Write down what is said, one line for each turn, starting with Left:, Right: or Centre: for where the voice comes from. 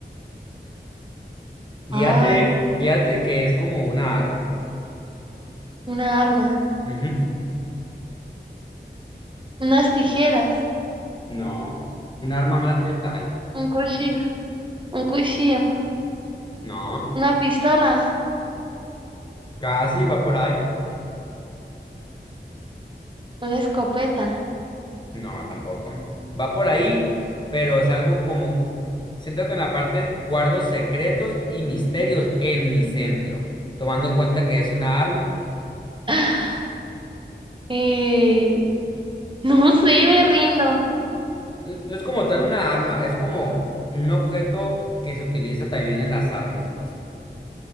Left: Guíate,
Right: Ay,
Left: guíate que es como una arma.
Right: una arma.
Left: Ujú,
Right: Unas tijeras.
Left: No, un arma más letal.
Right: Un cuchillo. Un cuchillo.
Left: No,
Right: Una pistola.
Left: casi va por ahí.
Right: Una escopeta.
Left: No, tampoco. Va por ahí, pero es algo como, siéntate en la parte, guardo secretos y misterios en mi centro, tomando en cuenta que es una arma.
Right: <laughs> y <laughs> No sé, me rindo.
Left: N- No es como tal una arma, es como un objeto que se utiliza también en las armas, pues.